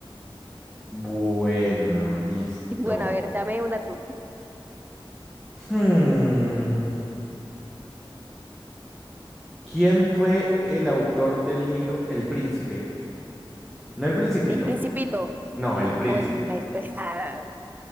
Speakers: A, in the centre; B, on the right.
A: Bueno, listo.
B: <laughs> Bueno, a ver, dame una tú.
A: Hmm, ¿Quién fue el autor del libro El Príncipe? No el Principito.
B: ¿El Principito
A: No, el Príncipe.
B: o el... el- <laughs> ah,